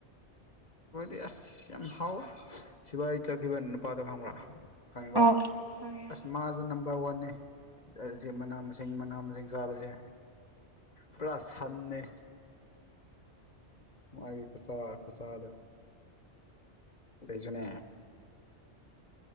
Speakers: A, on the left; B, on the right.
A: ꯃꫭꯏꯗꯤ ꯑꯁ ꯌꯥꯝ ꯍꯥꯎꯋꯦ ꯁꯤꯕꯥꯏ ꯆꯠꯈꯤꯕ ꯅꯨꯄꯥꯗ ꯐꯪꯕ꯭ꯔ ꯈꯪꯉꯤꯀꯣ
B: ꯑꯥꯎ ꯑꯥꯎ ꯈꯪꯉꯦ
A: ꯑꯁ ꯃꯥꯁꯨ ꯅꯝꯕꯔ ꯋꯥꯟꯅꯦ ꯑꯁꯤ ꯃꯅꯥ ꯃꯁꯤꯡ ꯏꯤꯡ ꯃꯅꯥ ꯃꯁꯤꯡ ꯆꯥꯕꯁꯦ ꯄꯨꯔꯥ ꯁꯟꯅꯦ ꯃꯥꯒꯤ ꯈꯨꯆꯥ ꯈꯨꯆꯥꯗꯣ꯫ ꯗꯨꯏꯁꯨꯅꯦ꯫